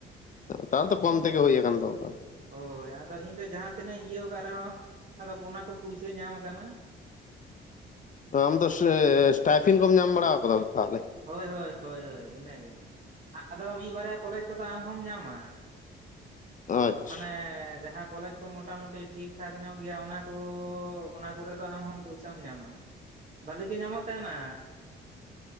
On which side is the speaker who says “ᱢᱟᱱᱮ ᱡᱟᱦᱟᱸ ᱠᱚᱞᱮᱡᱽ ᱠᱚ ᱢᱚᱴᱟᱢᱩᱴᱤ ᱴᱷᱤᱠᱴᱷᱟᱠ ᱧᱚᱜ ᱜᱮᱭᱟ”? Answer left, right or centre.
Right